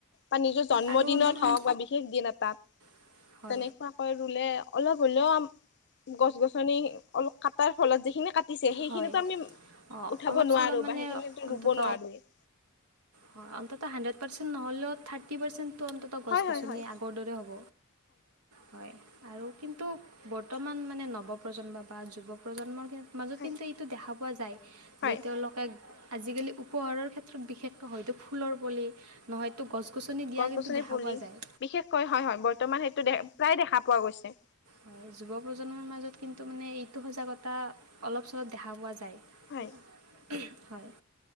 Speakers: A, on the left; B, on the right.
A: বা নিজৰ জন্ম
B: আৰু
A: দিনত
B: নহয়
A: হওঁক বা বিশেষ দিন এটাত-
B: <unintelligible>
A: তেনেকুৱাকৈ ৰুলে অলপ হলেও গছ গছনি অলপ কাটাৰ ফলত যিখিনি কা- দিছে সেইখিনিতো
B: হয়
A: আমি
B: অঁ
A: উঠাব
B: অলপ
A: নোৱাৰো
B: চলপ মানে
A: বা সেইখিনিতো
B: অন্তত
A: ৰুব নোৱাৰোৱেই।
B: হয় অন্তত হাণ্ড্ৰেড পাৰ্চেন্ট নহলেও থাৰ্টি পাৰ্চেণ্ট- টো অন্তত গছ
A: হয় হয়
B: গছনি
A: হয়
B: আগৰ দৰে হ'ব। হয়, আৰু কিন্তু বৰ্তমান মানে নৱ প্ৰজন্ম বা যুৱ প্ৰজন্মৰ- মাজত
A: হয়
B: কিন্তু এইটো দেখা পোৱা যায়,
A: হয়
B: যে তেওঁলোকে- আজিকালি উপহাৰৰ ক্ষেত্ৰত বিশেষকে হয়তো ফুলৰ পুলি নহয়তো গছ গছনি- দিয়া
A: গছ গছনি
B: কিন্তু দেখা
A: পুলি
B: পোৱা যায়
A: বিশেষকৈ হয় হয় বৰ্তমান সেইটো দে প্ৰায় দেখা পোৱা গৈছে।
B: হয় যুৱ প্ৰজন্মৰ মাজত কিন্তু মানে এইটো সজাগতা অলপ চলপ দেখা পোৱা যায়।
A: হয়
B: হয়।